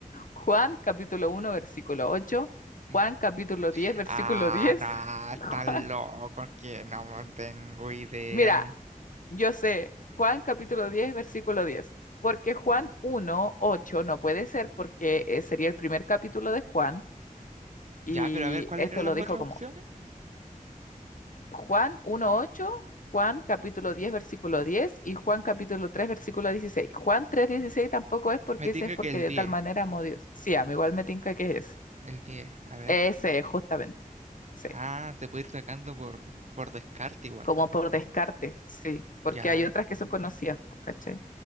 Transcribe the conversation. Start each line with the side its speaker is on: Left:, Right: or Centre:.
Left: Juan capítulo uno versículo 8.
Right: Mm,
Left: Juan capítulo 10 versículo
Right: Ah,
Left: 10.
Right: no,
Left: <laughs>
Right: están locos que no tengo idea.
Left: Mira, yo sé, Juan capítulo diez versículo diez. porque Juan uno 8 no puede ser porque eh, sería el primer capítulo de Juan y
Right: Ya, pero a ver, ¿cuáles
Left: esto
Right: eran
Left: lo
Right: las
Left: dijo
Right: otras
Left: como
Right: opciones?
Left: Juan uno 8, Juan capítulo 10 versículo 10 y Juan capítulo 3 versículo 16. Juan 3 16 tampoco es porque
Right: Me tinca
Left: ese es porque
Right: que el
Left: de
Right: 10,
Left: tal manera amó Dios. Sí, a mí igual me tinca que es ese.
Right: El 10. a ver.
Left: Ese es justamente, sí,
Right: Ah, se puede ir sacando por, por descarte igual.
Left: como por descarte, sí, porque
Right: Ya,
Left: hay otras que son conocidas, po, ¿cachai?